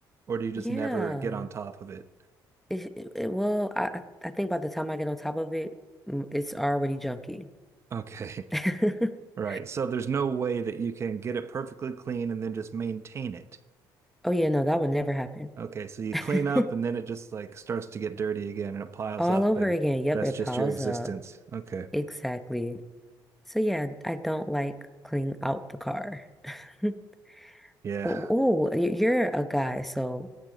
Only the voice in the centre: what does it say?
yeah.
It, it, it- well, I I I think by the time I get on top of it, mm, it's already junky.
<laughs>
Oh yeah, no, that would never happen.
<laughs>
All
over
again. Yep,
it
piles
up.
Exactly. So yeah, I don't like cleaning out the car. <laughs>
Oh, you're a guy, so